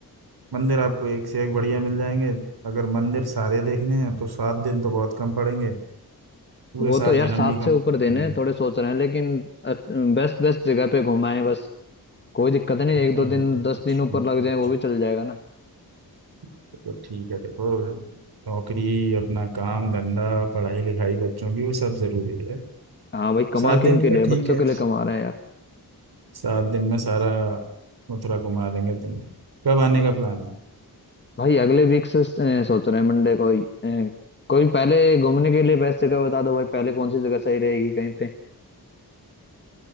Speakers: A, on the right; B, on the left.
A: मंदिर आपको एक से एक बढ़िया मिल जाएंगे अगर मंदिर सारे देखने हैं तो सात दिन तो बहुत कम पड़ेंगे पूरे
B: वो
A: सात
B: तो यार
A: जन्म
B: सात
A: भी कम
B: से ऊपर
A: पड़ेंगे
B: देने हैं, थोड़े सोच रहे हैं लेकिन बेस्ट बेस्ट जगह पे घुमाएं बस कोई दिक्कत नहीं एक
A: नहीं
B: दो
A: वो
B: दिन
A: तो
B: दस दिन
A: ठीक
B: ऊपर लग
A: है
B: जाए वो
A: ठीक
B: भी चल जाएगा ना
A: है तो ठीक है देखो नौकरी अपना काम धंधा पढ़ाई लिखाई बच्चों की वो सब जरूरी है
B: हाँ भाई कमा
A: सात दिन
B: किन के
A: का
B: लिए
A: ठीक
B: बच्चों
A: है
B: के लिए कमा रहे हैं यार
A: सात दिन में सारा मथुरा घुमा देंगे तुम कब आने का प्लान है
B: भाई अगले वीक से अ, सोच रहे हैं मंडे को ही। अ, कोई पहले घूमने के लिए बेस्ट जगह बता दो भाई पहले कौन सी जगह सही रहेगी कहीं पे